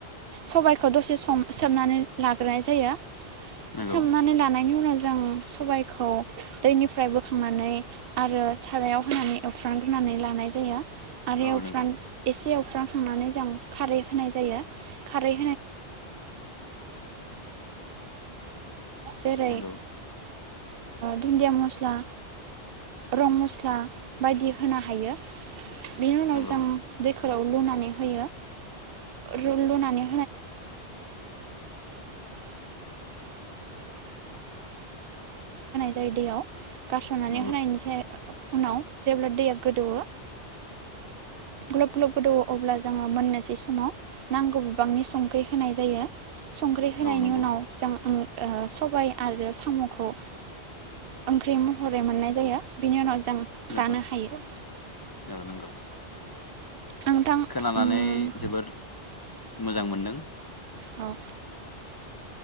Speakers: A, on the right; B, on the left.
A: सबायखौ दसे सम सोमनानै लाग्रोनाय जायो
B: नंगौ
A: सोमनानै लानायनि उनाव जों सबायखौ दैनिफ्राय बोखांनानै आरो सारायाव होनानै एवफ्रानग्रोनानै लानाय जायो
B: औ
A: <inaudible> एउफ्रानखांनानै
B: नंगौ
A: जों खारै होनाय जायो खारै जेरै
B: नंगौ
A: धोन्दिया मस्ला रं मस्ला बायदि होनो हायो बेनि उनाव
B: नंगौ
A: जों गोलाव लुनानै होयो थु लुनानै रदैयाव गारसननानै
B: नंगौ
A: होनायनिसाय उनाव जेब्ला दैया गोदौओ ग्लब ग्लब गोदौओ अब्ला जोङो मोननोसै समाव नांगौ बिबांनि संख्रि होनाय जायो संख्रि होनायनि
B: औ नंगौ
A: उनाव जों ओं ओह सबाय आरो सामखौ ओंख्रि महरै मोननाय जायो बिनि उनाव जों
B: नंगौ
A: जानो हायो
B: औ नंगौ
A: नोंथां
B: खोनानानै
A: उम
B: जोबोर मोजां मोनदों
A: औ